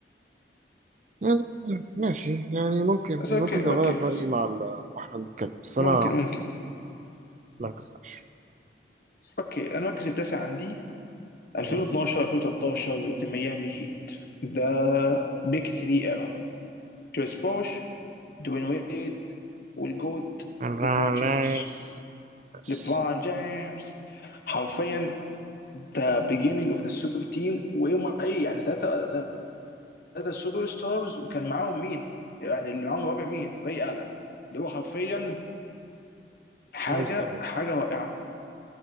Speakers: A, on the right (about 40°); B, on the left (about 55°).
A: آه، ماشي يعني ممكن
B: بس
A: ممكن
B: اوكي
A: نغير
B: اوكي
A: رأيي مع ال- واحنا بنتكلم بس أنا
B: ممكن ممكن
A: ما انكسرش
B: اوكي أنا المركز التاسع عندي 2012
A: تمام؟
B: 2013 ذا ميامي هيت ذا بيج 3 ايرا كريس بوش دوين ويد والجوت
A: أنا
B: ليبرون جيمس
A: نايس بس
B: ليبرون جيمس حرفيا ذا beginning اوف ذا سوبر تيم ويوم ايه يعني ثلاثة ثلاثة سوبر ستارز وكان معاهم مين؟ يعني اللي معاهم الرابع مين؟ راي الن اللي هو حرفيا حاجة
A: سوبر ستار وورز.
B: حاجة رائعة